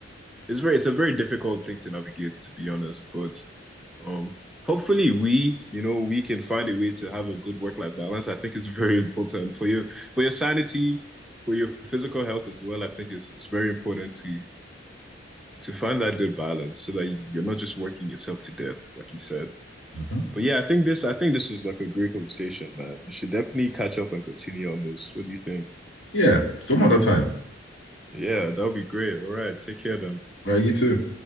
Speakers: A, in the centre; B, on the left.
A: it's very it's a very difficult thing to navigate, to be honest. But um, hopefully we, you know, we can find a way to have a good work-life balance. I think it's very important for your for your sanity, for your physical health as well. I think it's it's very important to to find that good balance so that you're not just working yourself to death, like you said.
B: Mhm.
A: But yeah, I think this I think this is like a great conversation, man. We should definitely catch up and continue on this. What do you think?
B: Yeah, some other time.
A: Yeah, that would be great. All right, take care then.
B: All Right, you too.